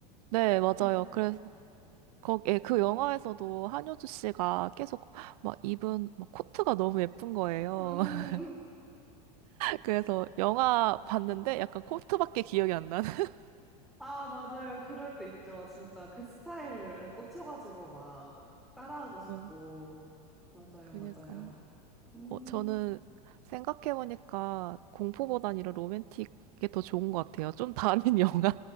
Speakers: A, on the right; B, in the centre.
A: 네, 맞아요.
B: 뷰티 스타일드죠
A: 그래서 거, 예, 그 영화에서도 한효주 씨가 계속 막 입은 막 코트가 너무 예쁜 거예요.
B: 음,
A: <laughs> 그래서 영화 봤는데 약간 코트밖에 기억이 안 나는. <laughs>
B: 아, 맞아요. 그럴 때 있죠. 진짜 그 스타일에 꽂혀가지고 막 따라하고 싶고.
A: 네,
B: 맞아요,
A: 그니까요.
B: 맞아요. 음,
A: 어, 저는 생각해보니까 공포보단 이런 로맨틱이 더 좋은 것 같아요. 좀 다른 <laughs> 영화